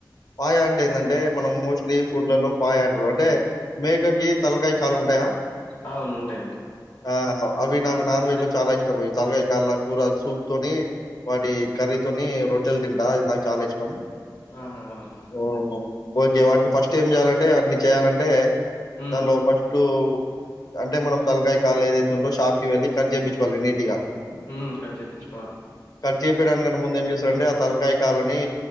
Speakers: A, on the left; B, on the left.
A: పాయ అంటే ఏందంటే మనం మోస్ట్లీ ఫుడ్లలో పాయ అంటారు అంటే మేకకి తలకాయ కాలు ఉంటాయా
B: అవును ఉంటాయి ఉంటాయి
A: ఆ అవ్ వీటిని నాకు నాన్వెజ్ లో చాలా ఇష్టం పోయి తలకాయి కాళ్ళ కూర సూప్ తోని వాటి కర్రీ తోని రొట్టెలు తింటా అది నాకు చాలా ఇష్టం
B: ఆహా అవునా
A: ఓహ్! ఓకే వాటిని ఫస్ట్ ఏం చేయాలంటే వాటిని చేయాలంటే
B: హ్మ్
A: దానిలో ఫస్ట్ అంటే మనం తలకాయ కాలు ఏదైతే ఉందో షాప్ కి వెళ్ళలి కట్ చేపిచు వాళ్ళని ఇగ
B: హ్మ్ కట్ చేపిచ్చుకోవాలి
A: కట్ చేపియడానికన్నా ముందు ఏం చేస్తారంటే తలకాయ కాలని